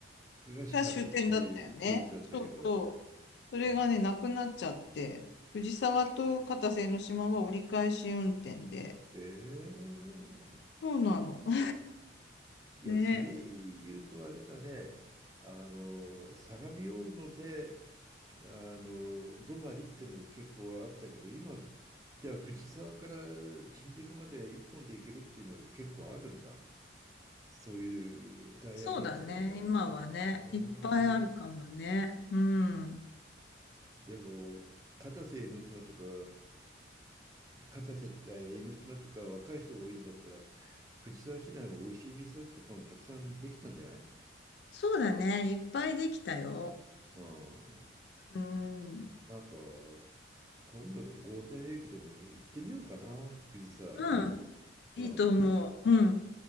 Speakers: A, on the right; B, on the left.
A: が始発っていうイメージだったけど、
B: が終点だったよね。そうそう。それがね、
A: あ、
B: なくなっちゃって、藤沢と片瀬江ノ島は折り返し運転で。
A: ええ
B: そうなの。<laughs>
A: いや、
B: ね、
A: それ言うとあれだね、あの、相模大野で、あの、泊まりっていうのが結構あったけど、今、じゃあ藤沢から新宿まで一本で行けるっていうのが結構あるんだ。そういうダイヤ編成になると。
B: そうだね、今はね、
A: ああ。
B: いっぱいあるかもね。うん。
A: でも、片瀬江ノ島とか、片瀬、え江ノ島とか若い人多いんだったら、藤沢市内も美味しい店とかもたくさんできたんじゃない
B: そうだね、いっぱいできたよ。
A: うん。
B: うん。
A: なんか、今度のゴールデンウィークでも行ってみようかな、藤沢。
B: うん。いいと思う。
A: うん。
B: うん。